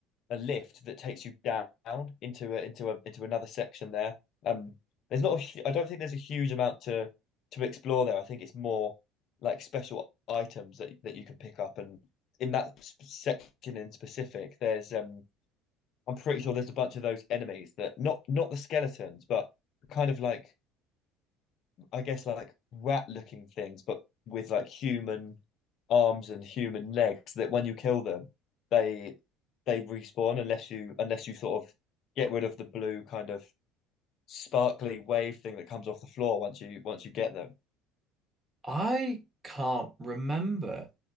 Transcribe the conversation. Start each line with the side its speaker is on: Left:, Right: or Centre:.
Left: a lift that takes you down into a, into a into another section there. Um, there's not a, I don't think there's a huge amount to to explore there. I think it's more like special items that that you can pick up, and in that section in specific, there's um, I'm pretty sure there's a bunch of those enemies that not not the skeletons, but kind of like I guess like rat looking things, but with like human arms and human legs that when you kill them, they they respawn unless you unless you sort of get rid of the blue kind of sparkly wave thing that comes off the floor once you once you get them.
Right: I can't remember.